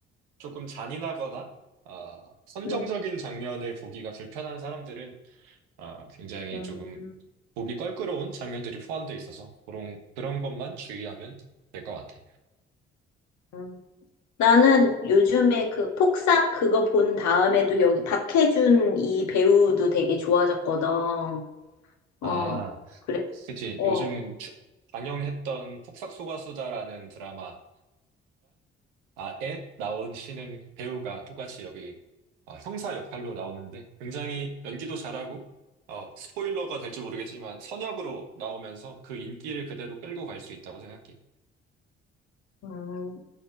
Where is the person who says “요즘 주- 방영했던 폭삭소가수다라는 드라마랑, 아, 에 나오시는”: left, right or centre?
Right